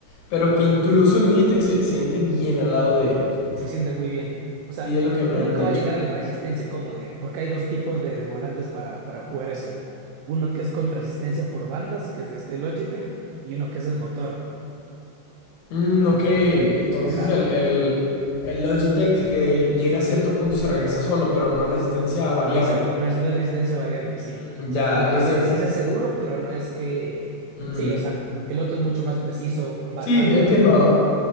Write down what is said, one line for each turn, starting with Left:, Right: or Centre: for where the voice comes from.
Left: pero que incluso el Logitech se siente bien al lado de ellos.
Right: se siente muy bien. O sea,
Left: Sí, es lo que me
Right: nunca
Left: han dicho.
Right: va a llegar a la resistencia como de, porque hay dos tipos de, de volantes para, para jugar eso. Uno que es con resistencia por bandas, que es de este Logitech, y uno que es el motor.
Left: Mm, ok, entonces
Right: Ajá,
Left: el, el- el Logitech eh, llega a cierto punto y se regresa solo, pero no es resistencia variable.
Right: exacto, no es, no es resistencia variable, sí. O
Left: Mm,
Right: sea,
Left: Ya,
Right: como
Left: los
Right: que se,
Left: de...
Right: sí se hace duro, pero no es que...
Left: mm,
Right: Sí, o sea, el otro es mucho más preciso, bastante
Left: Sí, entiendo.
Right: más duro.